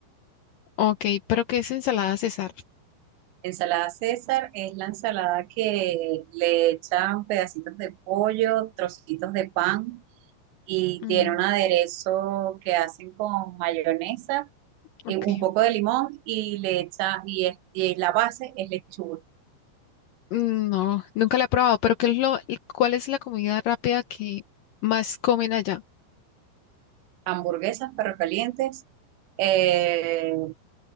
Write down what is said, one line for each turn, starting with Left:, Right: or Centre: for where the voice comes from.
Left: ok, pero ¿qué es ensalada César?
Right: Ensalada César es la ensalada que le echan pedacitos de pollo, trocitos de pan, y
Left: Mm,
Right: tiene un aderezo que hacen con mayonesa,
Left: ok.
Right: eh, un poco de limón y le echa, y, es- y la base es lechuga.
Left: Mm, No, nunca la he probado, pero ¿qué es lo, cuál es la comida rápida que más comen allá?
Right: Hamburguesas, perro calientes. eh,